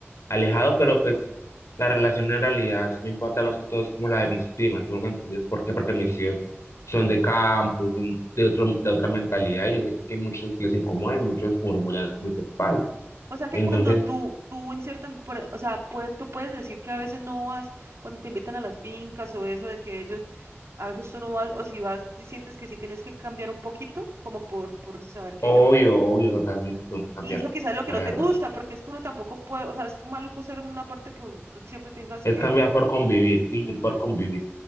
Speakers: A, on the left (about 85°); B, on the right (about 80°).
A: alejado, pero pues la relación en realidad sí me importa más que todo es como la de mis primas, tengo que entender por qué, porque mis tíos son de campo, son de otro, de otra mentalidad, y yo sé que muchos les incomoda y muchos murmullan a mis espaldas.
B: O sea que
A: Entonces,
B: cuando tú, tú en cierta, por- o sea, puede- tú puedes decir que a veces no vas, cuando te invitan a las fincas o eso, de que ellos, a veces tú no vas, o si vas, si sientes que sí tienes que cambiar un poquito, como por, por saber que
A: obvio,
B: ellos,
A: obvio, totalmente tengo que cambiar,
B: y eso quizás es lo que
A: la
B: no
A: verdad.
B: te gusta, porque es que uno tampoco puede, o sea, es maluco ser en una parte que u- tú siempre tengas
A: Es
B: que,
A: cambiar por convivir, fingir
B: ajá,
A: por convivir,